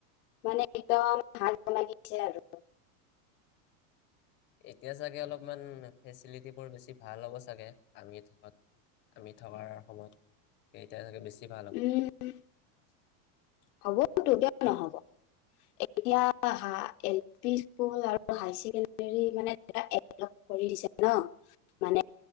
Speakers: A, on the left; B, on the left.
A: মানে একদম ভাল বনাই দিলে আৰু
B: এতিয়া চাগে অলপমান ফেচিলিটিবোৰ বেছি ভাল হ'ব চাগে আমি থকাত আমি থকাৰ সময়ত এতিয়া চাগে বেছি
A: উম
B: ভাল হ'ব
A: হ'ব তোও কিয়
B: ঠিক
A: নহ'ব। এতিয়া এল পি স্কুল আৰু হাই এক ছেকেণ্ডাৰী মানে কৰি দিছে ন মানে